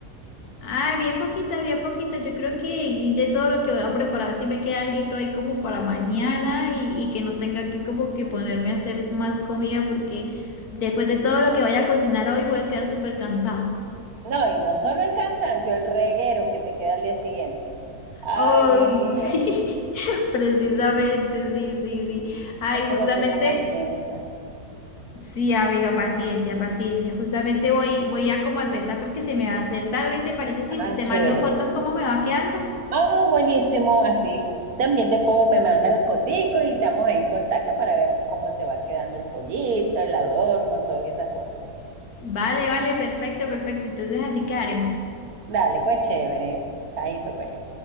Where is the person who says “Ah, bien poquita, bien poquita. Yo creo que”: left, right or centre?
Left